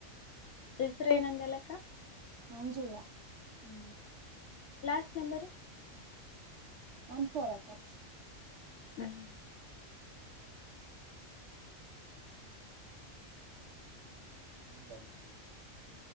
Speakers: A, on the left; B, on the right.
A: ಹೆಸ್ರ ಏನಂದೇಲ್ಲಕ್ಕ.
B: ಮಂಜುಳ ಹ್ಮ್.
A: Last number.
B: ಒನ್ ಫೋರ್ ಅಕೌ.
A: ಹ್ಮ್
B: ಹಿಂಗ್ ಬರುತ್ರಿ.